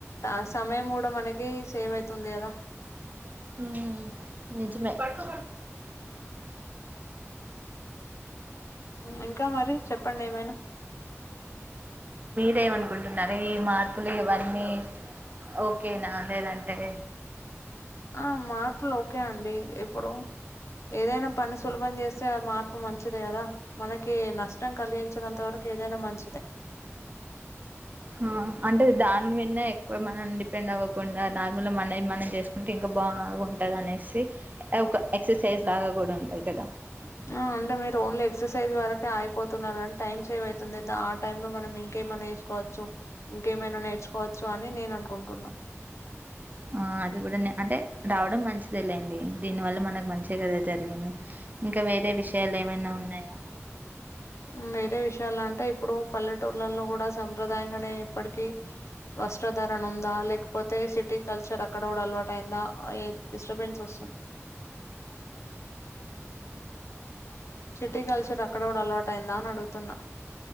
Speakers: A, on the left (about 65°); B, on the right (about 35°).
A: ఆ సమయం కూడా మనకి సేవ్ అవుతుంది కదా
B: హుమ్ నిజమే అ
A: ఇంకా మరి చెప్పండి ఏమైనా
B: లేమనుకుంటున్నారు ఈ మార్పులు ఇవన్నీ ఓకేనా లేదంటే
A: ఆ మార్పులు ఓకే అండి ఇప్పుడు ఏదైనా పని సులభం చేస్తే మార్పు మంచిది కదా మనకి నష్ నష్టం కలిగించినంత వరకు ఏదైనా మంచిదే
B: ఆ అంటే దాని మీన్నే ఎక్కువ మనం డిపెండ్ అవ్వకుండా నార్మల్ మనవి మనం చేసుకుంటే ఇంకా బాగు ఉంటది అనేసి ఒక ఎక్సర్సైజ్ లాగ కూడా ఉంటది కదా
A: <inaudible> అంటే మీరు ఓన్లీ ఎక్సర్సైజ్ వరకే అయిపోతున్నారు టైం సేవ్ అవుతుంది ఆ టైమ్ లో మనం ఇంకేమైన్నా ఏసుకోవ చు ఇంకేమైనా నేర్చుకోవచ్చు అని నేను అనుకుంటున్నా
B: ఆ అది కూడ అంటే రావడం మంచిదే లేండి దీని వల్ల మనకు మంచే కదా జరిగింది ఇంకా వేరే విషయాలు ఏమైన ఉన్నాయ
A: <inaudible> వేరే విషయాల అంటే ఇప్పుడు పల్లెటూర్లలో కూడ సంప్రదాయం గానే ఇప్పటికీ వస్త్రధరణ ఉందా లేకపోతే సిటీ కల్చర్ అక్కడ కూడ అలవాటు అయిందా ఏ డిస్టర్బెన్స్ వస్తుం <inaudible> సిటీ కల్చర్ అక్కడ కూడ అలవాటు అయిందా అని అడుగుతున్నా